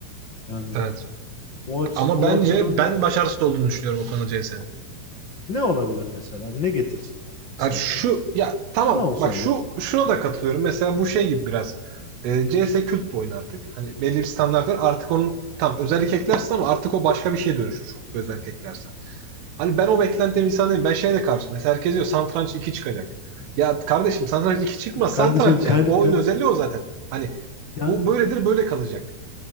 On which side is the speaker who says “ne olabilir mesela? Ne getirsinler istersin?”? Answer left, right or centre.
Left